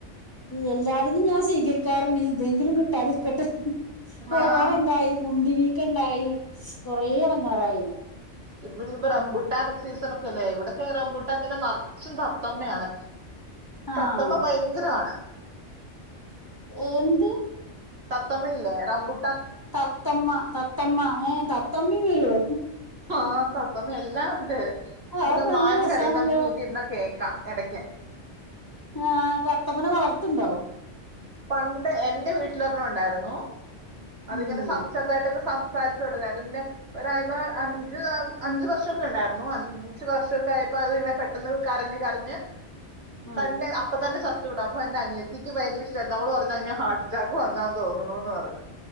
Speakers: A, on the left; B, on the right.
A: എല്ലാതിനും ഞാൻ സ്വീകരിക്കാറുണ്ട് ഇതെങ്കിലും കിട്ടാതിരിക്കട്ടെ കൊറോണ
B: ആഹ്
A: ഇണ്ടായി മുണ്ടി വീക്കം ഇണ്ടായി കൊറെ എടങ്ങാറായി
B: ഇ <unintelligible> റമ്പുട്ടാൻ സീസണ <unintelligible> ഇവടെക്കെ റമ്പുട്ടാൻമല് നർച്ചും തത്തമ്മയാണ്
A: ആഹ്
B: തത്തമ്മ ഭയ ങ്കരമാണ്
A: എ എന്ത്
B: തത്തമ്മ ഇല്ലേ റമ്പു
A: തത്തമ്മ തത്തമ്മ ഏ തത്തമ്മീം വരോ
B: ആ തത്തമ്മ എല്ലാം ഉണ്ട്
A: അതൊക്കെ
B: പിന്നെ മാൻ
A: നല്ല രസാണല്ലോ
B: കരയുന്ന നമുക്ക് വീട്ടി ഇരുന്ന് കേക്കാം എടക്ക്
A: ആ തത്തമ്മനെ വളർത്ത്ണ്ടോ
B: പണ്ട് എന്റെ വീട്ടില് ഒരെണ്ണം ഉണ്ടായിരുന്നു അത്
A: ഉം
B: ഇങ്ങനെ സം ചെർതായിട്ടൊക്കെ സംസാരി <unintelligible> ര്ന്നു പിന്നെ ഒരാ അഞ്ച് അഞ്ച് വർഷൊക്ക ഇണ്ടായിരുന്നു അ അഞ്ച് വർഷൊക്ക ആയപ്പോ അത് ഇങ്ങനെ പെട്ടെന്ന് കരഞ് കരഞ്
A: ആഹ്
B: തന്നെ അപ്പൊ തന്നെ ചത്തു ടാ അപ്പൊ എന്റെ അനിയത്തിക്ക് ഭയങ്കര ഇഷ് ട്ടം നമ്മള് പറഞ്ഞു അയ്ന് ഹാർട്ട് അറ്റാക്ക് വന്നാന്ന് തോന്നുണുന്ന് പർഞ്ഞു